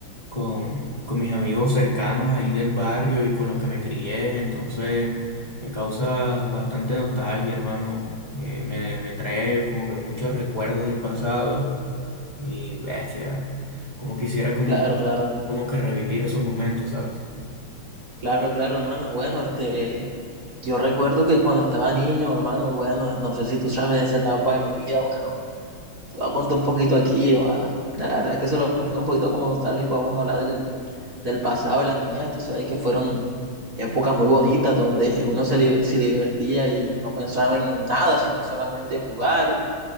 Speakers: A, on the left; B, on the right.
A: con, con mis amigos cercanos ahí del barrio y con los que me crié, entonces me causa bastante nostalgia, hermano, eh, me, me trae como que muchos recuerdos del pasado. Y bestia, como quisiera como,
B: Claro, claro,
A: como que revivir esos momentos, ¿sabes?
B: claro, claro, hermano. Bueno, este, yo recuerdo que cuando estaba niño, hermano, bueno, no sé si tú sabes de esa etapa de mi vida, bueno, te voy a contar un poquito aquí, va. La verdad que eso lo pone un poquito como nostálgico a uno hablar del, del pasado, de la niñez, tú sabes que fueron épocas muy bonitas donde uno se, li- se divertía y no pensaba en nada, sino solamente en jugar